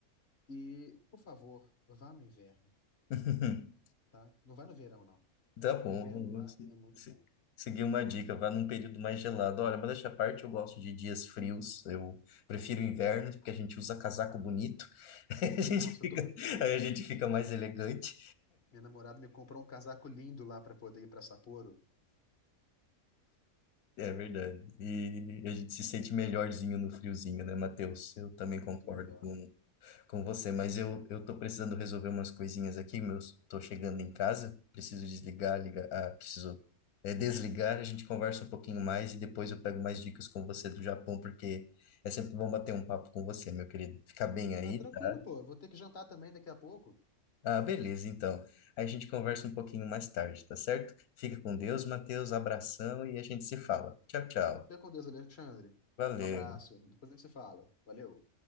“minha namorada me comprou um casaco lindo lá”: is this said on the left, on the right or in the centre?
Left